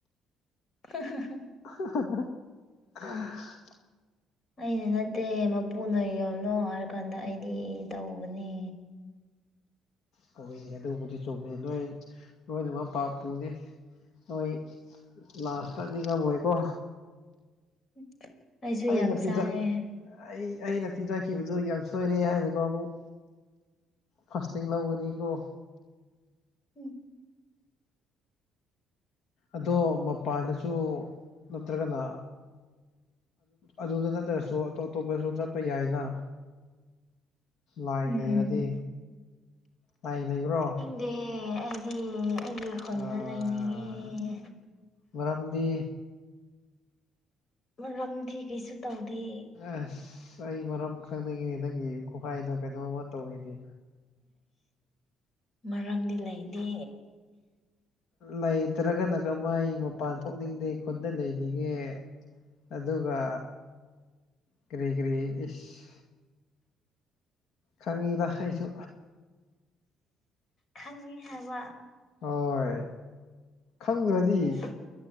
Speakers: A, on the left (about 45°); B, on the left (about 70°).
A: <unintelligible>
B: <inaudible> <inaudible>
A: ꯑꯩꯅ ꯅꯠꯇꯦ ꯃꯄꯨꯅ ꯌꯣꯅꯣ ꯍꯥꯏꯔ ꯀꯥꯟꯗ ꯑꯩꯗꯤ ꯇꯧꯕꯅꯦ
B: ꯀꯧꯏꯅꯤ ꯑꯗꯨꯕꯨꯗꯤ ꯆꯨꯝꯃꯤꯅꯤ ꯅꯣꯏ ꯂꯣꯏꯅꯃꯛ ꯄꯨꯅꯤ ꯅꯣꯏ ꯂꯥꯁꯇꯇꯥꯗꯤ ꯀ ꯑꯣꯏꯀꯣ
A: <inaudible>
B: ꯑꯩꯅ ꯄꯤꯖ
A: ꯆꯥꯏꯌꯦ
B: ꯑꯩ ꯑꯩꯅ ꯄꯤꯖꯈꯤꯕꯗꯨ ꯌꯥꯝ ꯁꯣꯏꯔꯦ ꯍꯥꯏꯅ ꯑꯃꯨꯛ ꯐꯥꯁꯇꯤꯡ ꯂꯧꯒꯅꯤꯀꯣ
A: ꯎꯝ
B: ꯑꯗꯣ ꯃꯄꯥꯟꯗꯁꯨ ꯅꯠꯇ꯭ꯔꯒꯅ ꯑꯗꯨꯗ ꯅꯠꯇ꯭ꯔꯁꯨ ꯑꯇꯣꯞ ꯑꯇꯣꯞꯄꯁꯨ ꯆꯠꯄ ꯌꯥꯏꯅ ꯂꯥꯏ
A: ꯎꯝ
B: ꯂꯩꯔꯗꯤ ꯂꯥꯏ ꯂꯩꯕ꯭ꯔꯣ
A: ꯗꯦ ꯑꯩꯗꯤ ꯑꯩꯒꯤ ꯈꯨꯅ
B: ꯑꯥ
A: ꯂꯩꯅꯤꯡꯉꯦ
B: ꯃꯔꯝꯗꯤ
A: ꯃꯔꯝꯗꯤ ꯀꯩꯁꯨ ꯇꯧꯗꯦ
B: ꯑꯁ ꯑꯩ ꯃꯔꯝ ꯈꯪꯅꯤꯡꯉ‌ꯦ ꯅꯪꯒꯤ ꯈꯨꯍꯥꯏꯗꯣ ꯀꯩꯅꯣꯝꯃ ꯇꯧꯏꯅꯦ
A: ꯃꯔꯝꯗꯤ ꯂꯩꯇꯦ
B: ꯂꯩꯇ꯭ꯔꯒꯅ ꯀꯃꯥꯏ ꯃꯄꯥꯟ ꯊꯣꯛꯅꯤꯡꯗꯦ ꯈꯨꯟꯗ ꯂꯩꯅꯤꯡꯉꯦ ꯑꯗꯨꯒ ꯀꯔꯤ ꯀꯔꯤ ꯏꯁ ꯈꯪꯉꯤ ꯃꯈꯁꯨ
A: ꯈꯪꯉꯤ ꯍꯥꯏꯕ
B: ꯍꯣꯏ ꯈꯪꯈ꯭ꯔꯗꯤ
A: ꯅꯣꯛꯅꯤꯡ